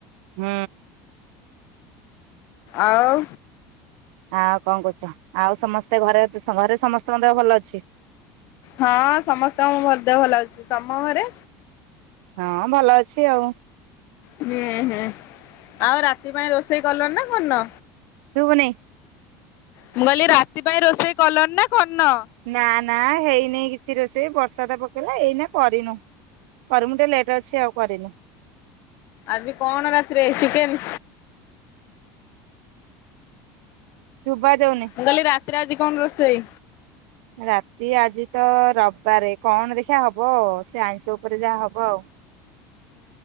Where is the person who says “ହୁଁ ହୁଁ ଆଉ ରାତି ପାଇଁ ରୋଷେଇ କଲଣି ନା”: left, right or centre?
Left